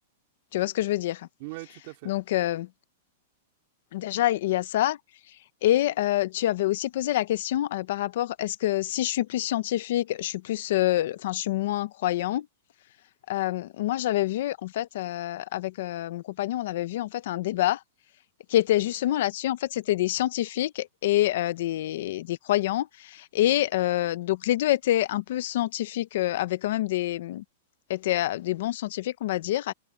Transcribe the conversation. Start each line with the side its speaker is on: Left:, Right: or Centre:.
Left: Tu vois ce que je veux dire?
Right: Oui, tout à fait.
Left: Donc euh, déjà, il y a ça. Et euh, tu avais aussi posé la question euh, par rapport, est-ce que si je suis plus scientifique, je suis plus, euh, enfin, je suis moins croyant. Hem, moi, j'avais vu en fait, heu, avec, heu, mon compagnon, on avait vu en fait un débat qui était justement là-dessus. En fait, c'était des scientifiques et heu, des des croyants et heu, donc les 2 étaient un peu scientifiques, heu, avaient quand même des, mmh, étaient, heu, des bons scientifiques, on va dire